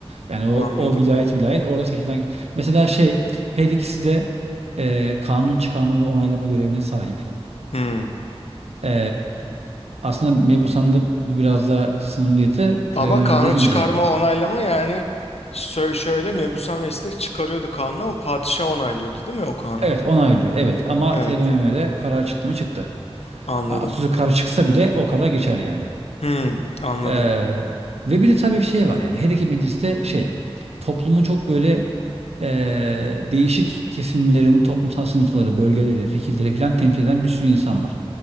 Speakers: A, on the right; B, on the left.
A: Yani o,
B: Anladım.
A: o vilayet vilayet orada seçilen mesela şey her ikisi de e, kanun çıkarma ve onaylama görevine sahip.
B: Hmm.
A: E, aslında Mebusan'da bu biraz daha sınırlıydı. TBMM'de
B: Ama kanun
A: iyice.
B: çıkarma onaylama yani şöyle, şöyle mebusan ve istek çıkarıyordu kanunu ama padişah onaylıyordu değil mi o kanunu?
A: Evet onaylıyor. Evet ama
B: Evet.
A: TBMM'de karar çıktı mı çıktı.
B: Anladım.
A: Atatürk karar çıksa bile o karar geçer yani.
B: Hmm, anladım.
A: Ee, ve bir de tabii şey var yani her iki mecliste şey toplumun çok böyle ee, değişik kesimlerini, toplumsal sınıfları, bölgeleri, fikirleri falan temsil eden bir sürü insan var.